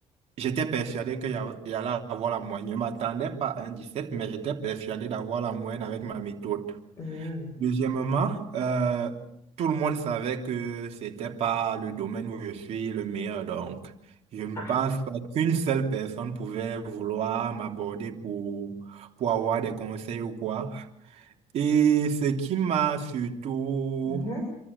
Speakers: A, on the right (about 55°); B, on the left (about 25°).
A: J'étais persuadé que y a- il y allait avoir la moyenne. Je ne m'attendais pas à un 17 mais j'étais persuadé d'avoir la moyenne avec ma méthode.
B: Mmh.
A: Deuxièmement, euh, tout le monde savait que c'était pas le domaine où je suis le meilleur, donc je ne
B: Ah.
A: pense pas qu'une seule personne pouvait vouloir m'aborder pour, pour avoir des conseils ou quoi. Et ce qui m'a surtout,
B: mhm